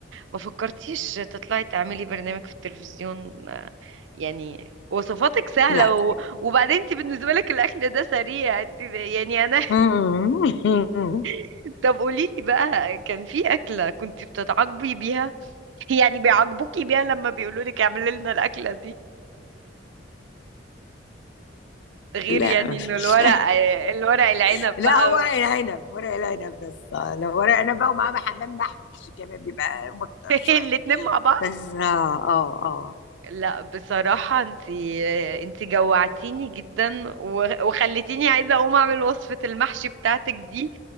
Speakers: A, on the right; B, on the left.
A: ما فكرتيش تطلعي تعملي برنامج في التلفزيون يعني وصفاتك سهلة
B: لا
A: و... وبعدين انت بالنسبة لك الأكل ده سريع انت- يعني أنا
B: مم.
A: <laughs> طب قولي لي بقى كان في أكلة كنت بتتعاقبي بيها يعني بيعاقبوكي بيها لما بيقولوا لك اعملي لنا الأكلة
B: <laughs>
A: غير
B: لا
A: يعني
B: ما
A: انه
B: فيش
A: الورق الورق العنب
B: <laughs> لا
A: بقى
B: هو ورق العنب ورق العنب بس آه، لو ورق عنب بقى ومعاه حمام محشي كمان بيبقى متعب
A: <laughs>
B: شويه
A: الاتنين مع بعض
B: بس اه اه اه
A: لا بصراحة انتي انتي جوعتيني جدا و- وخلتيني عايزة اقوم اعمل وصفة المحشي بتاعتك دي